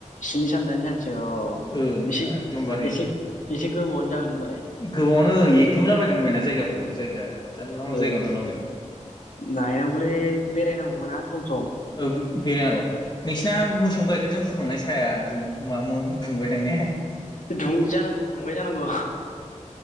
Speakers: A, on the left; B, on the left.
A: स्नि सान दाइन सानसो औ
B: ओ एकदमबारे
A: एसे एसे एसे गोबावनो जागोन होनबालाय।
B: गोबावनो एग्लुंलाबायगोन होनबायना जायगाफोरखौ जायगा। जानला मोनला जायगायावनो
A: ओ
B: थांलाबायगोन
A: नायनांगौलै बेरायनांगौबोना सम सम।
B: औ बेरायनांगौ नोंसिना मोसौनि गाइखेरजों फुदुंनाय साया दुं मा म दुंबाय दां ने?
A: दुं जानांगौ दुंबाय जानांगौ।